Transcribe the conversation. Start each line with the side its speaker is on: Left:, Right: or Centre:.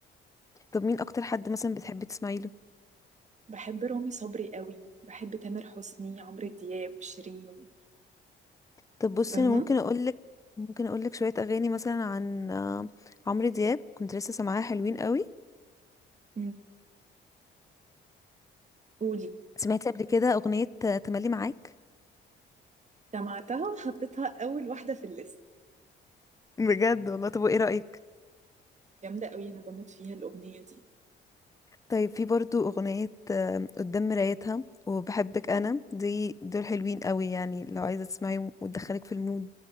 Left: طب مين اكتر حد مثلا بتحبي تسمعي له
Right: بحب رامي صبري قوي بحب تامر حسني عمرو دياب شيرين
Left: طب بصي
Right: فاهمة
Left: انا ممكن اقولك ممكن اقولك شويه اغاني مثلا عن آه، عمرو دياب كنت لسه سامعاها حلوين قوي
Right: مم. قولي
Left: سمعتي قبل كده اغنيه آه، تملي معاك
Right: سمعتها وحطيتها اول واحدة في الليست
Left: بجد والله طب وايه رايك
Right: جامدة قوي انا بموت فيها الاغنية دي
Left: طيب في برضو اغنيه آه، قدام مرايتها وبحبك انا دي دول حلوين قوي يعني لو عايزه تسمعيهم وتدخلك في المود